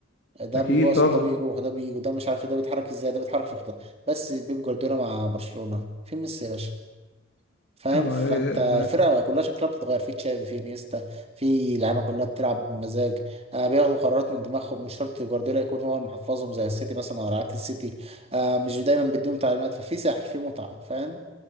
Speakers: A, on the right (about 30°); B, on the left (about 60°).
A: ده
B: اكيد
A: بيباص
B: طبعا
A: وده بيروح وده بيجي وده مش عارف إيه، ده بيتحرك ازاي ده بيتحرك في خطه بس بيب جوارديولا مع برشلونه في ميسي يا باشا فاهم
B: طبعاً،
A: فانت الفرقه
B: ده
A: كلها شكلها بتتغير في تشافي في انيستا في لعيبه كلها بتلعب بمزاج آه بياخدوا قرارات من دماغهم مش شرط جوارديولا يكون هو اللي محفظهم زي السيتي مثلا او عكس السيتي آه مش دايما بيديهم تعليمات ففي سحر في متعه فاهم